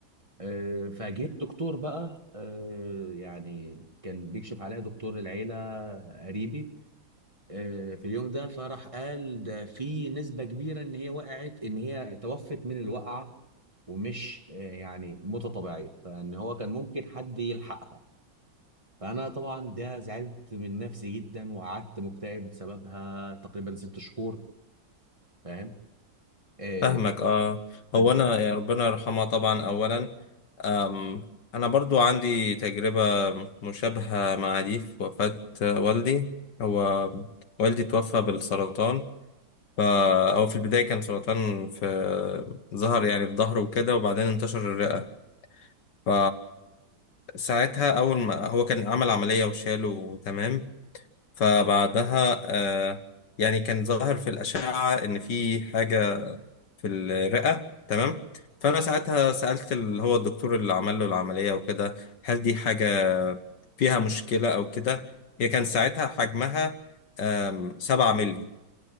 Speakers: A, on the right; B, on the left.
A: آه، فجيت دكتور بقى آه، يعني كان بيكشف عليها دكتور العيلة قريبي آه، في اليوم ده فراح قال ده في نسبة كبيرة ان هي وقعت ان هي توفت من الوقعة ومش آه، يعني موتة طبيعية فان هو كان ممكن حد يلحقها فانا طبعا ده زعلت من نفسي جدا وقعدت مكتئب بسببها تقريبا ست شهور فاهم آه،
B: فاهمك اه
A: فدي
B: هو انا يا ربنا يرحمها طبعا اولا أم انا برضو عندي تجربة مشابهة مع دي في وفاة والدي هو والدي توفى بالسرطان ف- هو في البداية كان سرطان في ظهر يعني في ظهره وكده وبعدين انتشر الرئة ف ساعتها اول ما هو كان عمل عملية وشاله تمام فبعدها آه يعني كان ظاهر في الأشعة إن في حاجة في الرئة تمام فأنا ساعتها سألت اللي هو الدكتور اللي عمل له العملية وكده هل دي حاجة فيها مشكلة أو كده هي كان ساعتها حجمها آم، سبعة مللي